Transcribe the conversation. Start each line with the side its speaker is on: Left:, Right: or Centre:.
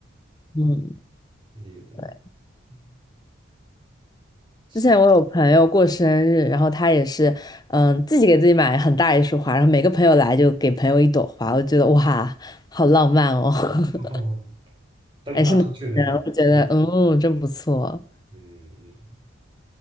Left: 嗯，
Right: 那有的没的，
Left: 对。
Right: 嗯，行，
Left: 之前我有朋友过生日，然后他也是，嗯，自己给自己买很大一束花，然后每个朋友来就给朋友一朵花，我觉得哇，好浪漫哦。<laughs>
Right: <laughs> 哦，分发出去那种，
Left: 还是男的，我觉得，
Right: 嗯
Left: 嗯，真不错。
Right: 嗯嗯，